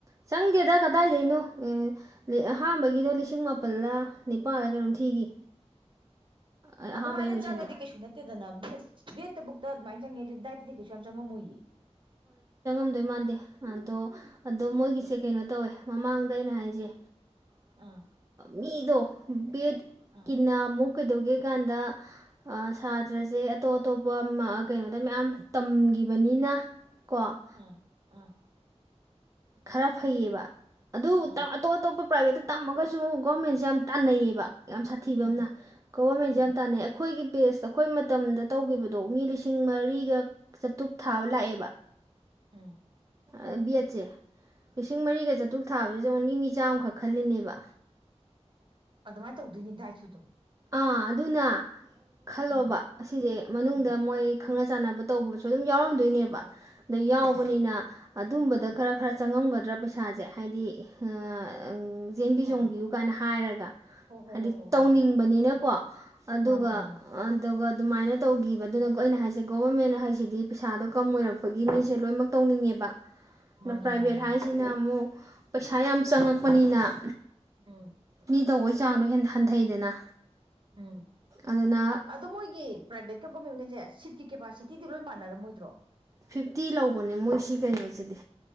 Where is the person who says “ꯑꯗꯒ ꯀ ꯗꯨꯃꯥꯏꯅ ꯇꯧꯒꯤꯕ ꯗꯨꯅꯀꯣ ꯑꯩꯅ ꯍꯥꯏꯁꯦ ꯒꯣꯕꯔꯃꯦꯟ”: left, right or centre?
Right